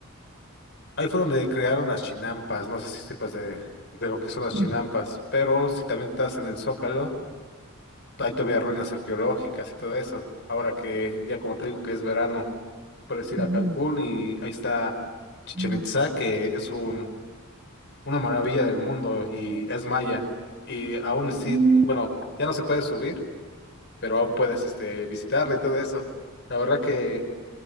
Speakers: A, on the left; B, on the right.
A: ahí fue donde crearon las chinampas, no sé si sepas de, de lo que son las
B: Ujú,
A: chinampas, pero si también estás en el Zócalo, hay todavía ruinas arqueológicas y todo eso. Ahora que ya como te digo que es verano, puedes ir
B: ujú,
A: a Cancún y ahí está Chichen
B: ujú,
A: Itzá, que es un una maravilla del mundo y es maya. Y aún sí,
B: ujú.
A: bueno, ya no se puede subir, pero aún puedes este, visitarla y todo eso. La verdad que,